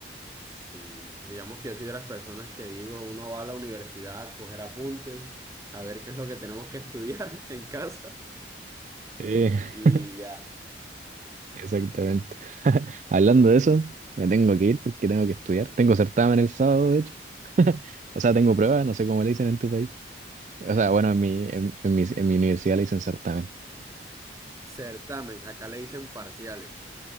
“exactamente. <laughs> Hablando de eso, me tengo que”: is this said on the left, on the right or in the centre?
Right